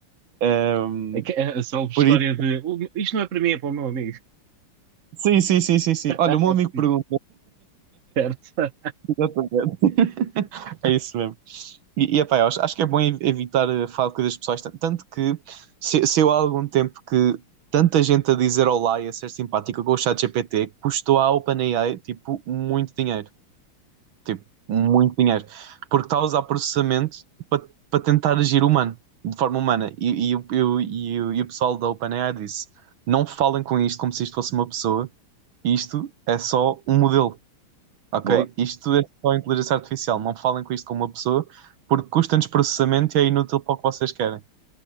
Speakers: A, on the right; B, on the right.
A: Hum,
B: A, que- a salve
A: por
B: história
A: isso,
B: de "Oh, isto não é para mim, é para o meu amigo.
A: sim, sim, sim, sim, sim.
B: <laughs>
A: Olha, o meu
B: Assim,
A: amigo pergunta,
B: certo?
A: <laughs> exatamente. é isso mesmo. E, e epá, eu acho, acho que é bom ev- evitar eh, falar de coisas pessoais, tan- tanto que se, se eu há algum tempo que tanta gente a dizer olá e a ser simpática com o chat ChatGPT custou à OpenAI tipo muito dinheiro, tipo muito dinheiro, porque está a usar processamento para para tentar agir humano, de forma humana. E, e, o- e, o- e, o- e o pessoal da OpenAI disse: não falem com isto como se isto fosse uma pessoa, isto é só um modelo. Ok?
B: Boa.
A: Isto é só inteligência artificial. Não falem com isto com uma pessoa, porque custa-nos processamento e é inútil para o que vocês querem.